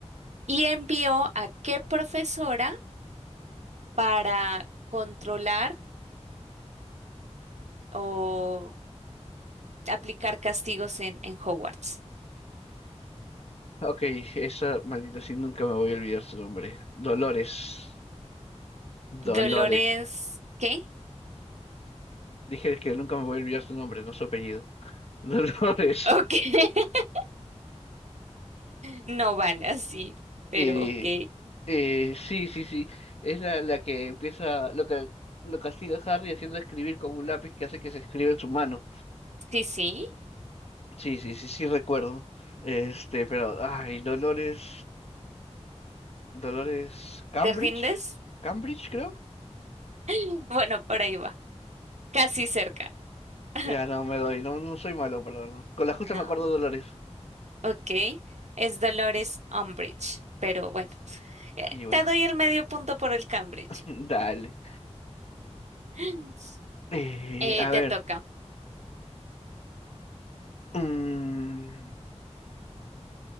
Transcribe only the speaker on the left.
Ok, esa maldita sí nunca me voy a olvidar su nombre. Dolores.
Dolores.
Dije que nunca me voy a olvidar su nombre, no su apellido. <laughs> Dolores.
Eh,
eh, sí, sí, sí. Es la, la que empieza, lo que lo castiga a Harry haciendo escribir con un lápiz que hace que se escriba en su mano.
Sí, sí, sí, sí recuerdo. Este, pero, ay, Dolores, Dolores Cambridge,
Cambridge creo.
Ya no me doy, no, no soy malo, pero no. con la
justa me acuerdo de Dolores.
Y bueno,
<laughs>
dale.
Eh,
a ver,
mm,